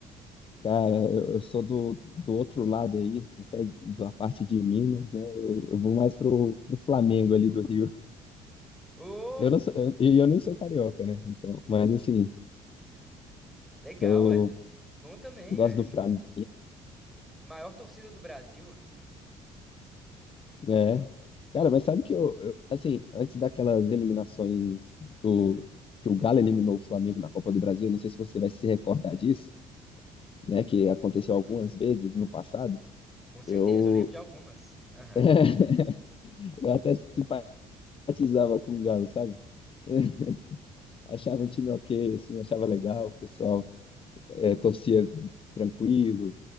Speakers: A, on the left; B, in the centre.
A: cara, eu, eu sou do, do outro lado aí, você é da parte de Minas, né? Eu, eu vou mais pro, pro Flamengo ali do Rio.
B: Ô,
A: Eu não sou, eu, e eu nem sou carioca, né? Então, mas assim,
B: legal,
A: eu
B: velho. Bom também,
A: gosto
B: velho.
A: do Flamengo.
B: Maior torcida do Brasil, velho.
A: É. Cara, mas sabe que eu, eu- assim, antes daquelas eliminações do que o Galo eliminou o Flamengo na Copa do Brasil, não sei se você vai se recordar disso, né? Que aconteceu algumas vezes no passado.
B: Com certeza,
A: Eu,
B: eu lembro de algumas. Aham,
A: <laughs> eu até simpatizava com o Galo, sabe? <laughs> Achava um time ok, assim, achava legal, o pessoal eh, torcia tranquilo,